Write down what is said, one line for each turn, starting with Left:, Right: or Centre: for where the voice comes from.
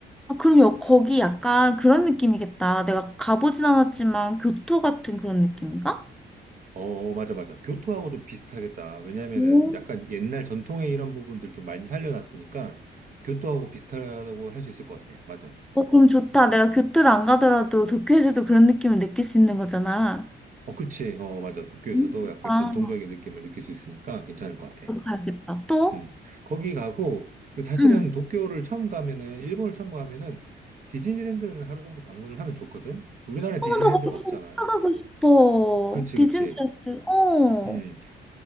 Centre: 아, 그리고 여- 거기 약간 그런 느낌이겠다. 내가 가보진 않았지만 교토 같은 그런 느낌인가?
Right: 어, 어, 맞아, 맞아. 교토하고 좀 비슷하겠다. 왜냐면은
Centre: 오.
Right: 약간 옛날 전통의 이런 부분들 좀 많이 살려놨으니까 교토하고 비슷하다고 할 수 있을 것 같아. 맞아.
Centre: 어, 그럼 좋다. 내가 교토를 안 가더라도 도쿄에서도 그런 느낌을 느낄 수 있는 거잖아.
Right: 어, 그치. 어, 맞아. 도쿄에서도
Centre: 음.
Right: 약간
Centre: 아,
Right: 전통적인 느낌을 느낄 수 있으니까 괜찮을 것 같아.
Centre: 또 가야겠다. 또?
Right: 음. 거기 가고, 그 사실은
Centre: 응.
Right: 도쿄를 처음 가면은, 일본을 처음 가면은 디즈니랜드는 하루 정도 방문을 하면 좋거든? 우리나라에 디즈니랜드가
Centre: 어, 나 거기 진짜
Right: 없잖아.
Centre: 가고 싶어.
Right: 그치,
Centre: 디즈니랜드.
Right: 그치.
Centre: 어,
Right: 음.